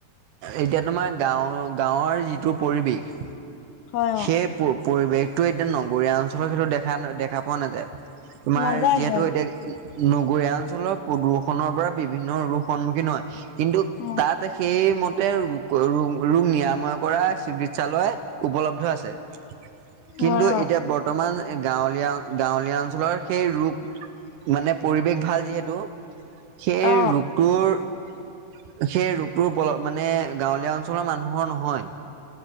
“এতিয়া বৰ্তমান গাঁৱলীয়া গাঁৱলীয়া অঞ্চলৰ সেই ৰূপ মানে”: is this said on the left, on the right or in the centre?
Right